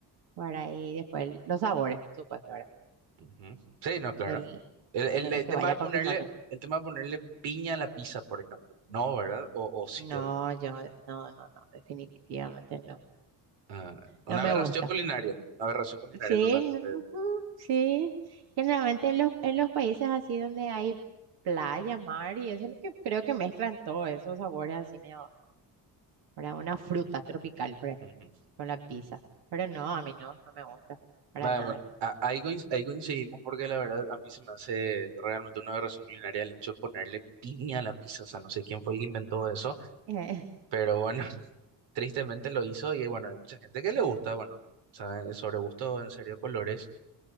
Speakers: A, on the right (about 70°); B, on the right (about 85°).
A: ¿verdad? Y después el- los sabores, por supuesto, ¿verdad?
B: Ujú. Sí, no,
A: Del,
B: claro. El,
A: de
B: el-
A: lo
B: el
A: que
B: tema
A: vaya
B: de ponerle,
A: combinando.
B: el tema de ponerle piña a la pizza, por ejemplo. No, ¿verdad? O, o si
A: No,
B: te gusta.
A: yo, no, no, no, definitivamente no.
B: Ah, una
A: No me
B: aberración
A: gusta.
B: culinaria, una aberración culinaria
A: Sí,
B: totalmente.
A: no, ujú, sí. Generalmente en los, en los países así donde hay playa, mar y eso es lo que creo que mezclan todos esos sabores así medio para una fruta tropical, por ejemplo,
B: Ujú.
A: con la pizza. Pero no, a mí no, no me gusta para
B: Nada,
A: nada.
B: bueno, a- ahí, coinc- ahí coincidimos porque la verdad a mí se me hace realmente una aberración culinaria el hecho de ponerle piña a la pizza, o sea, no sé quién fue el que inventó eso,
A: Eh,
B: pero bueno, <laughs> tristemente lo hizo y bueno, hay mucha gente que le gusta, bueno, o sobre gusto, en serio, colores.